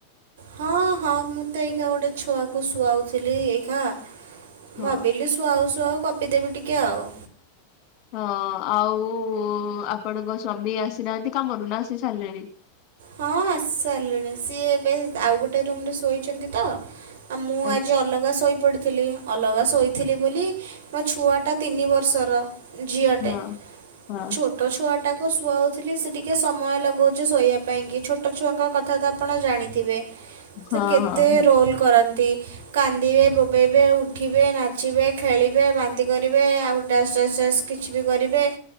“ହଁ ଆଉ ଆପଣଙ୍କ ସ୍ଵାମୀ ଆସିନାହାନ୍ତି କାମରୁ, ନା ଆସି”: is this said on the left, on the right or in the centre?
Left